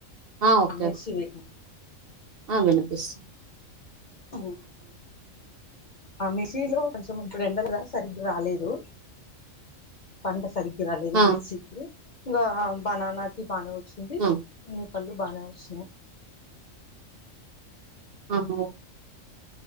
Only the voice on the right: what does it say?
ఆ ఓకే
ఓకే
ఆ వినిపిస్తా
ఆ
ఆ
ఆహ